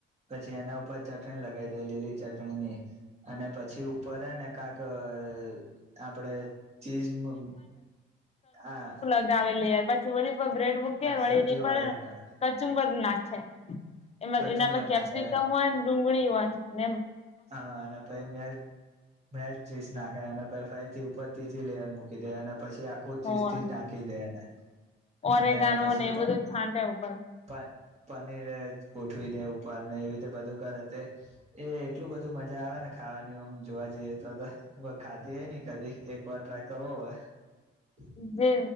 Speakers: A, on the right; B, on the left.
A: પછી એના ઉપર ચટણી લગાય દે. લીલી ચટણીની, અને પછી ઉપર એને કાક અઅઅ આપડે ચીઝ, અ હા.
B: લાવેલી હ, પછી ઓની પર બ્રેડ મૂકે, વળી
A: સબ્જી
B: એની
A: વાળું
B: પર
A: લગન
B: કચુંબર નાખે. એમાં,
A: કચુંબર
B: એનામાં કેપ્સિકમ
A: નાખે
B: હોય, ડુંગળી હોય એમ.
A: હા, અને પઇ મેલ મેલ ચીઝ નાખે અને પઇ ફરીથી ઉપર તીજી લેયર મૂકી દે અને પછી આખું
B: હોવે
A: ચીઝ થી ઢાંકી દે એને.
B: ઓરેગાનો
A: અને પછી
B: ને એ
A: પન
B: બધું છાંટે ઉપર
A: પન પનીર ગોઠવી દેવું. પન એ બધું કર તે એ એટલું બધું મજા આવે ને ખાવાની, એમ જોવા જઈએ તો તો ખાધીય નઈ કદી. એક વાર ટ્રાય કરવું પડે. <unintelligible>
B: જે